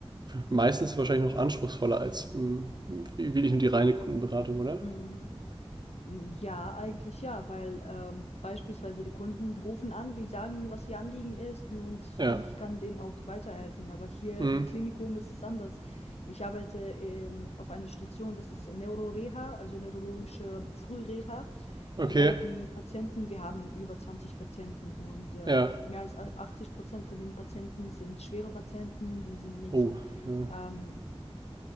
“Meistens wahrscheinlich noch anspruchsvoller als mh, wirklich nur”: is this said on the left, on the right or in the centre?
Right